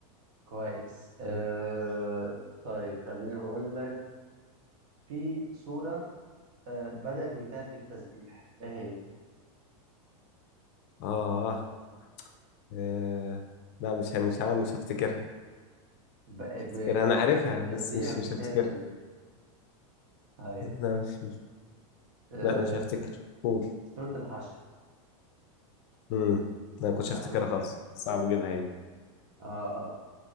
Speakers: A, on the right; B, on the left.
A: كويس أه...
B: طيب.
A: طيب خليني أقول لك في سورة أه بدأت وانتهت بالتسبيح إيه هي؟
B: اه اه آه، لا مش مش مش هفتكرها
A: ب...
B: مش هفتكرها
A: ب...
B: انا عارفها
A: بتبتدي بالتسبيح
B: بس مش
A: وبتنتهي
B: مش هفتكرها
A: بالتسبيح طيب
B: لا مش مش
A: أه...
B: لا مش هفتكر قول
A: سورة الحشر
B: امم لا ما كنتش
A: تمام
B: هفتكرها خالص كنت صعب اجيبها يعني
A: آه آه